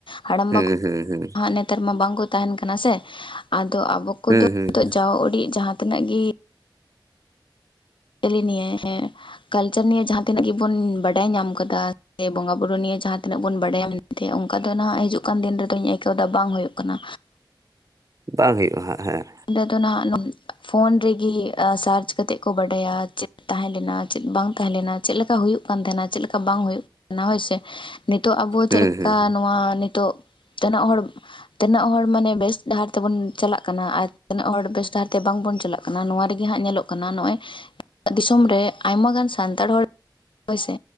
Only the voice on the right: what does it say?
ᱦᱩᱸ
ᱦᱩᱸ ᱦᱩᱸ
ᱦᱩᱸ
ᱦᱩᱸ
ᱵᱟᱝ ᱦᱩᱭᱩᱜᱼᱟ ᱦᱟᱸᱜ ᱦᱮᱸ᱿
ᱦᱩᱸ
ᱦᱩᱸ